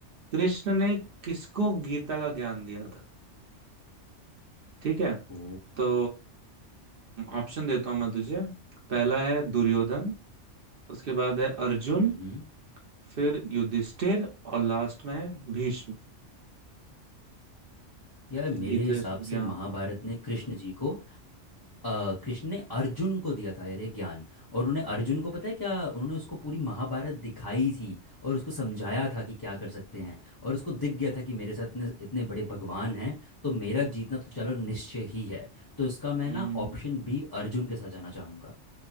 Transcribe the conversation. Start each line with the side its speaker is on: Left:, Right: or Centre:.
Right: कृष्ण ने किसको गीता का ज्ञान दिया था ठीक है
Left: ओ
Right: तो ऑप्शन देता हूं मैं तुझे पहला है दुर्योधन उसके बाद है अर्जुन
Left: हम्म
Right: फिर युधिष्ठिर और लास्ट में है भीष्म
Left: यार मेरे
Right: गीत
Left: हिसाब
Right: संज्ञा
Left: से महाभारत ने कृष्ण जी को अ, कृष्ण ने अर्जुन को दिया था यार ये ज्ञान और उन्होंने अर्जुन को पता है क्या उन्होंने उसको पूरी महाभारत दिखाई थी और उसको समझाया था कि क्या कर सकते हैं और उसको दिख गया था कि मेरे साथ इतने इतने बड़े भगवान हैं तो मेरा जीतना तो चलो निश्चय ही है तो इसका
Right: हम्म
Left: मैं ना ऑप्शन बी अर्जुन के साथ जाना चाहूंगा